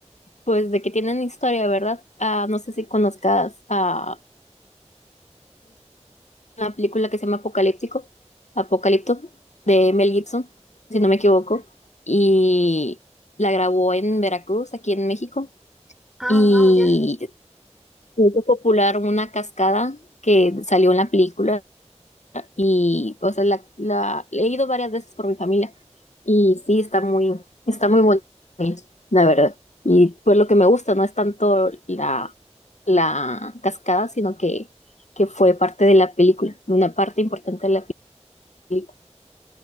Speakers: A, on the left; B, in the centre.
A: pues de que tienen historia, ¿verdad? Ah, no sé si conozcas a una película que se llama Apocalíptico, Apocalipto, de Mel Gibson, si no me equivoco, y la grabó en Veracruz, aquí en México,
B: Ah,
A: y
B: wow, ya. Yeah.
A: hizo popular una cascada que salió en la película. y, o sea, la, la, he ido varias veces por mi familia y sí, está muy, está muy bonito, la verdad. Y pues lo que me gusta no es tanto la, la cascada, sino que, que fue parte de la película, una parte importante de la película.